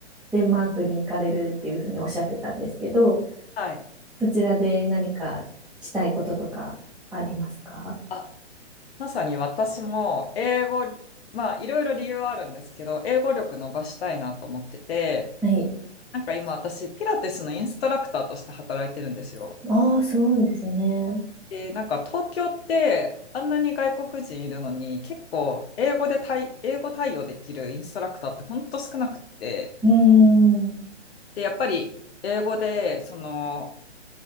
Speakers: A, in the centre; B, on the left (about 60°).
A: デンマークに行かれるっていうふうにおっしゃってたんですけど、
B: はい。
A: そちらで何かしたいこととかありますか
B: あ、まさに私も英語、まあ、いろいろ理由はあるんですけど、英語力伸ばしたいなと思ってて、
A: はい。
B: なんか今私、ピラティスのインストラクターとして働いてるんですよ。
A: ああ、すごいですね。
B: で、なんか東京ってあんなに外国人いるのに結構英語で対、英語対応できるインストラクターってほんと少なくって、
A: うーん。
B: で、やっぱり英語でその